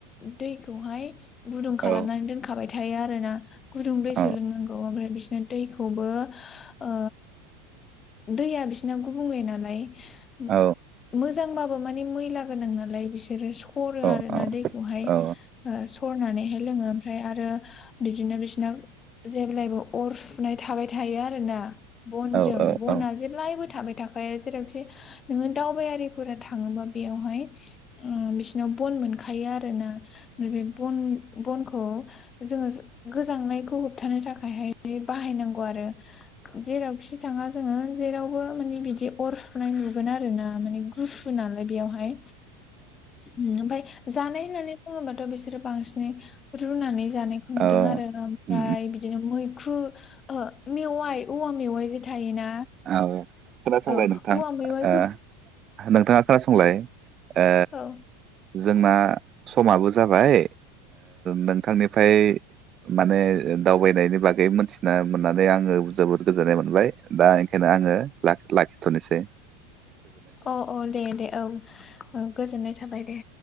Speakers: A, on the left; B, on the right.
A: दैखौहाय, गुदुं खालामनानै
B: औ
A: दोनखाबाय, थायो आरो ना? गुदुं दै
B: औ
A: सोलोंनांगौ ओमफ्राय बिसिना दैखौबो, अ दैया बिसना गुबुंले नालाय, मो
B: औ
A: मोज मोजांबाबो माने मैला गोनां नालाय बिसो सोरो सोरो आरो
B: औ
A: ना दैखौहाय
B: औ
A: सरनानैहाय लोङो फ्राय आरो बिदिनो बिसिना जेब्लायबो अर फुनाय थाबाय थायो आरोना? बनजों
B: औ औ
A: बना जेब्लायबो थाबाय थाखायो जेरावखि नोङो दावबायारि फोर थाङोबा बेयावहाय, ओम बिसिरनाव बन मोनखा थायो आरो ना? बे बन बनखौ खौ जोङो गोजांनायखौ होबथानो थाखायहाय बाहायनांगौ आरो जेरावखि थाङा जोङो जेरावबो माने बिदि अर <unintelligible> ना माने गुसु नालाय बेयावहाय उम ओमफाय जानाय होननानै बुङोबा। बिसोरो बांसिनै रुनानै। जानायखौ नुदों
B: औ
A: आरो ओमफ्राय
B: उम
A: बिदिनो मै खु ओहो मेवाइ। औवा मेवाइ जे थायोना।
B: औ खोनासंलाय
A: औ
B: नोंथां
A: औवा मेवाइखौ
B: ओ नोंथाङा खोनासंलाय। ओ।
A: औ
B: जोंना समाबो जाबाय नोंथांनिफ्राय माने दावबायनायनि बागै मोनथिना मोननानै आङो जोबोद गोजोननाय मोनबाय दा। बेखायनो आङो ला-लाखि थ'नोसै।
A: औ-औ दे-दे औ ओ गोजोननाय था बाय दे।